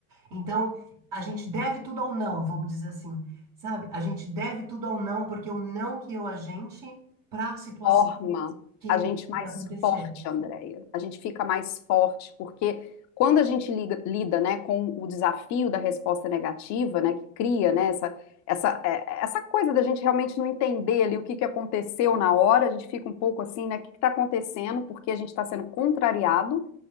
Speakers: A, on the right; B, on the left.
A: Então, a gente deve tudo ao não, vamos dizer assim, sabe? A gente deve tudo ao não porque o não guiou a gente para a situação
B: forma
A: que
B: a gente
A: deveria
B: mais
A: acontecer.
B: forte, Andréia. A gente fica mais forte, porque quando a gente liga- lida, né, com o desafio da resposta negativa, né, que cria, né, essa, essa, é, essa coisa da gente realmente não entender ali o que que aconteceu na hora, a gente fica um pouco assim, né, o que que está acontecendo, porque a gente está sendo contrariado